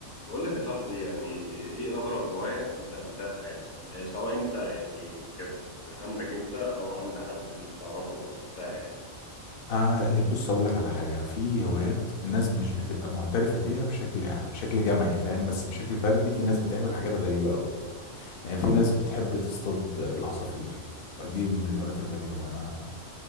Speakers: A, on the left (about 70°); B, on the left (about 50°).
A: بقول لك يا صاحبي يعني ايه اغرب هواية انت قابلتها في حياتك آه، سواء انت يعني كانت عندك انت او عند حد انت تعرفه او شفتها يعني
B: آه بص اقول لك على حاجه في هوايات الناس مش بتبقى معترفه بيها بشكل بشكل جمعي فاهم بس بشكل فردي في ناس بتعمل حاجات غريبه قوي يعني في ناس بتحب تصطاد العصافير دي من الهوايات الغريبه اللي انا